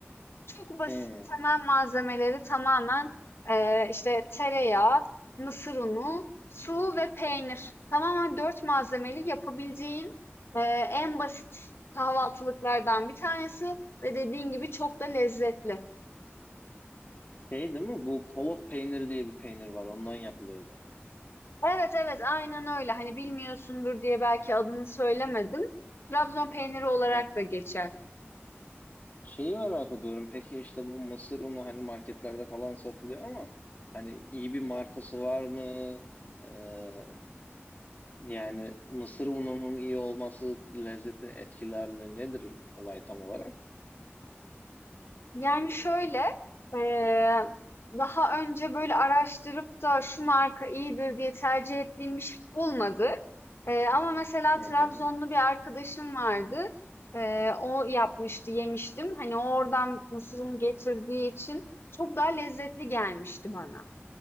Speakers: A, on the left; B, on the left.
A: Çok basit
B: Hı.
A: temel malzemeleri tamamen eee, işte tereyağı, mısır unu, su ve peynir. Tamamen dört malzemeli yapabileceğin eee, en basit kahvaltılıklardan bir tanesi ve dediğin gibi çok da lezzetli.
B: Şey değil mi? Bu kolot peyniri diye bir peynir var. Ondan yapılıyordu.
A: Evet, evet, aynen öyle. Hani bilmiyorsundur diye belki adını söylemedim. Trabzon peyniri olarak
B: Hı.
A: da geçer.
B: Şeyi merak ediyorum. Peki işte bu mısır unu hani marketlerde falan satılıyor ama hani iyi bir markası var mı? Ee, yani mısır ununun iyi olması lezzeti etkiler mi? Nedir olay tam olarak?
A: Yani şöyle, eee, daha önce böyle araştırıp da şu marka iyidir diye tercih ettiğim bir şey olmadı. Eee, ama mesela
B: Hı hı.
A: Trabzonlu bir arkadaşım vardı. Eee, o yapmıştı, yemiştim. Hani oradan mısırını getirdiği için çok daha lezzetli gelmişti bana.